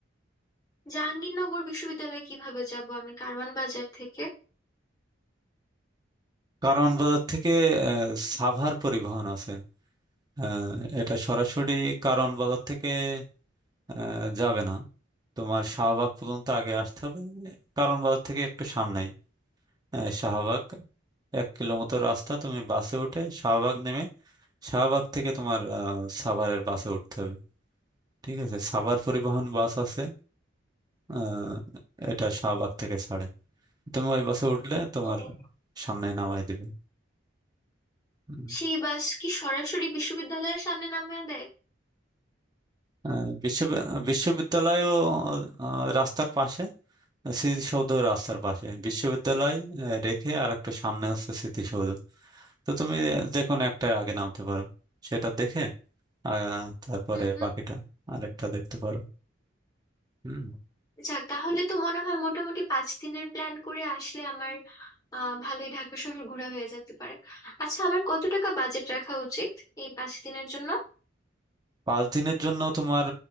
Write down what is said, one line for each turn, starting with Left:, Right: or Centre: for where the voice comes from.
Left: জাহাঙ্গীরনগর বিশ্ববিদ্যালয়ে কিভাবে যাব আমি কারওয়ান বাজার থেকে
Right: কারওয়ান বাজার থেকে আহ, সাভার পরিবহন আছে আহ, এটা সরাসরি কারওয়ান বাজার থেকে আহ, যাবে না তোমার শাহবাগ পর্যন্ত আগে আসতে হবে কারওয়ান বাজার থেকে একটু সামনেই আহ, শাহবাগ এক কিলোমিটার রাস্তা তুমি বাসে উঠে শাহবাগ নেমে শাহবাগ থেকে তোমার আহ, সাভারের বাসে উঠতে হবে ঠিক আছে সাভার পরিবহন বাস আছে আহ, এটা শাহবাগ থেকে ছাড়ে তুমি ওই বাসে উঠলে তোমার
Left: ও,
Right: সামনে নামাই দিবে হুম।
Left: সেই বাস কি সরাসরি বিশ্ববিদ্যালয়ের সামনে নামিয়ে দেয়
Right: আহ, বিশ্ব বিশ্ববিদ্যালয়ও আহ, রাস্তার পাশে স্মৃতিসৌধ রাস্তার পাশে বিশ্ববিদ্যালয় আহ, রেখে আর একটু সামনে হচ্ছে স্মৃতিসৌধ তো তুমি যে কোনো একটা আগে নামতে পারো সেটা দেখে আহ, তারপরে
Left: হুম হুম
Right: বাকিটা আরেকটা দেখতে পারো হুম।
Left: যাক তাহলে তো মনে হয় মোটামুটি পাঁচ দিনের প্ল্যান করে আসলে আমার আহ ভালোই ঢাকা শহর ঘোরা হয়ে যেতে পারে আচ্ছা আমার কত টাকা বাজেট রাখা উচিত এই পাঁচ দিনের জন্য
Right: পাঁচ দিনের জন্য তোমার